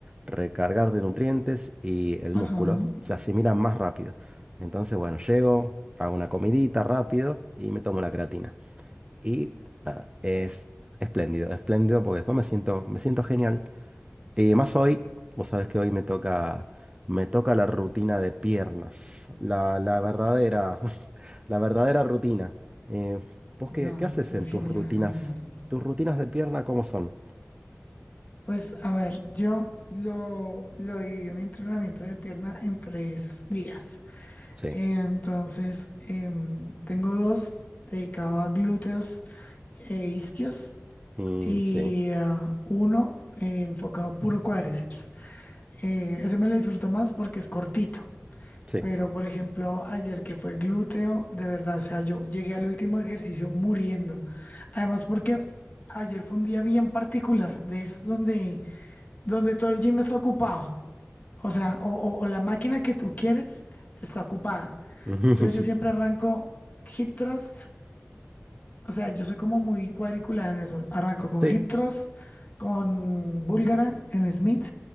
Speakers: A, on the right; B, on the left.
A: recargar de nutrientes y el
B: ajá,
A: músculo se asimila más rápido. Entonces, bueno, llego, hago una comidita rápido y me tomo la creatina. Y nada, es espléndido, espléndido porque después me siento, me siento genial y más hoy, vos sabés que hoy me toca, me toca la rutina de piernas, la, la verdadera, <laughs> la verdadera rutina. Eh, ¿vos
B: no,
A: qué, qué haces
B: eso
A: en
B: es
A: tus
B: genial.
A: rutinas? ¿Tus rutinas de pierna cómo son?
B: Pues a ver, yo lo, lo divido mi entrenamiento de pierna en tres días.
A: Sí,
B: Entonces, em, tengo dos dedicados a glúteos e isquios.
A: mm,
B: y
A: sí,
B: ah, uno eh, enfocado puro cuádriceps. Eh, ese me lo disfruto más porque es cortito,
A: sí.
B: pero por ejemplo, ayer que fue glúteo, de verdad, o sea, yo llegué al último ejercicio muriendo. Además, porque ayer fue un día bien particular, de esos donde, donde todo el gym está ocupado. O sea, o, o- o la máquina que tú quieres está ocupada.
A: <laughs>
B: Entonces yo siempre arranco hip thrust o sea, yo soy como muy cuadriculada en eso. Arranco con
A: Sí,
B: Hip Thrust, con Búlgara en Smith,